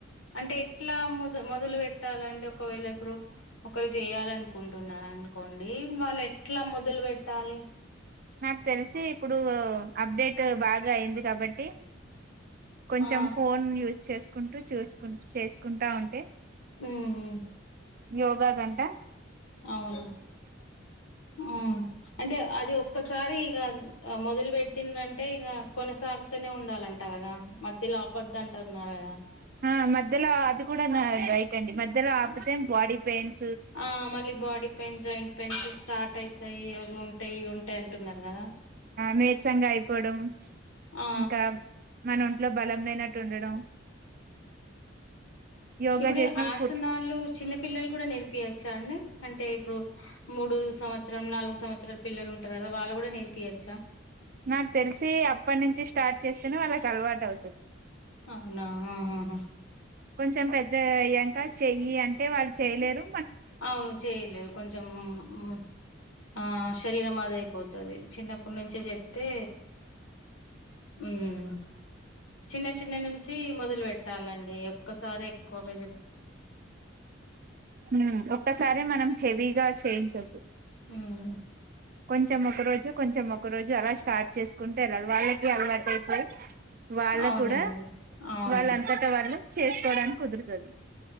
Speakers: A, on the left (about 75°); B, on the right (about 45°).
A: అంటే ఎట్లా మోద్ మొదలు పెట్టాలండి ఒకవేళ ఇప్పుడు ఒకరు చేయాల అనుకుంటున్నార అనుకోండి వాళ్ళు ఎట్లా మొదలు పెెట్టాలి
B: నాకు తెలిసి ఇప్పుడు అప్డేట్ బాగా అయింది కాబట్టి కొంచెం
A: ఆ
B: ఫోన్ యూస్ చేసుకుంటూ చూసుకు చే కుంటా ఉంటే
A: ఉమ్ ఉమ్
B: యోగా కంట
A: అవును ఆ అంటే అది ఒక్కసారి ఇగ మొదలు పెట్టిందంటే ఇక కొనసాగుతునే ఉండాలంట కదా మధ్యలో ఆపద్ంట న్నారు కదా
B: ఆ మధ్యల అది కూడా రై రైట్ అండి మధ్యల ఆపితేం బాడీ పెయిన్
A: ఆ మళ్ళీ body pains joint pains start అయి ర్రాయి అవి ఉంటాయి ఇవి ఉంటాయి అంటున్నారు గాదా
B: నేరరుసంగా అయిపోడం
A: ఆ
B: ఇంకా మన ఒంట్లో బలం లేనట్టు ఉండడం యోగా
A: ఇప్పుడు
B: చేసినప్పుడు
A: ఆసనాలు
B: ఫుడ్
A: చిన్న పిల్లలు కూడా నేర్పియచ్చు అండి అంటే ఇప్పుడు మూడు సంవత్సరం నాలుగు సంవత్సరలు పిల్లలు ఉంటారు కదా వాళ్ళ కూడా నేర్పియచ్చా
B: నాకు తెలిసి అప్పటి నుంచి స్టార్ట్ చేస్తేనే వాళ్ళకి అలవాటు అవుతుది
A: అవునా ఆ హ
B: కొంచెం పెద్ద అయ్యాంక చెయ్యి అంటే వాళ్ళు చెయలేరు
A: అవును చేయలేదు కొంచెం మ్ ఆ శరీరం అధై అయిపోతాది చిన్నప్పుటి నుంచే చెప్తే మ్ చిన్న చిన్న నుంచి మొదలు పెెట్టాలండి ఒక్కసారి ఎక్కువగా చెప్
B: మ్ ఒక్కసారే మనం హెవీగా చేయించొద్దు
A: హ్మ్
B: కొంచెం ఒక రోజు కొంచెం ఒక రోజు అలా స్టార్ట్ చేసుకుంటేళ్ళలి వాళ్లక్ కి అలవాటైపోయి వాళ్ళ
A: అవునండి
B: కూడా
A: అవును
B: వాళ్ళంతటా వాళ్ళు చేసుకోవడానికి కుదురుతది